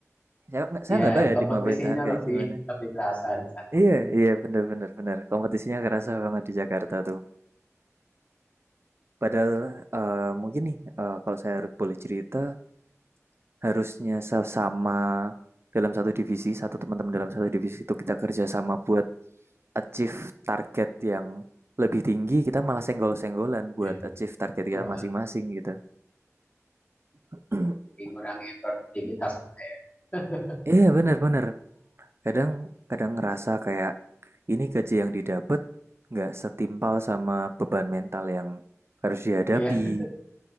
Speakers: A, on the right (about 50°); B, on the left (about 25°).
A: Saya nggak saya
B: Ya,
A: nggak tahu ya
B: kompetisinya
A: di pemerintahan kayak
B: lebih
A: gimana.
B: lebih terasa di sana.
A: Iya, iya bener-bener bener. Kompetisinya kerasa banget di Jakarta tuh. Padahal eh, mungkin nih eh, kalau saya boleh cerita harusnya sama dalam satu divisi, satu teman-teman dalam satu divisi itu kita kerjasama buat achieve target yang lebih tinggi, kita malah senggol-senggolan
B: Iya.
A: buat achieve target kita
B: Wah,
A: masing-masing gitu. <clears throat>
B: jadi ngurangi produktivitas. <laughs>
A: Iya yeah, bener-bener, kadang kadang ngerasa kayak ini gaji yang didapat nggak setimpal sama beban mental yang harus dihadapi.
B: Iya,